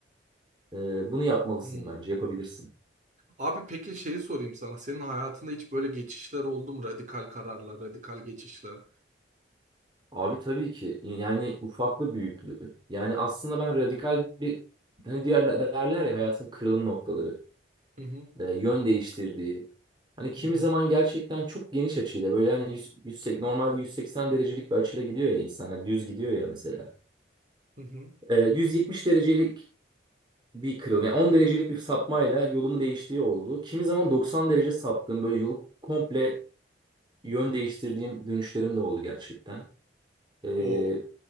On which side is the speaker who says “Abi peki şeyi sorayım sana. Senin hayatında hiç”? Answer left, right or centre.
Right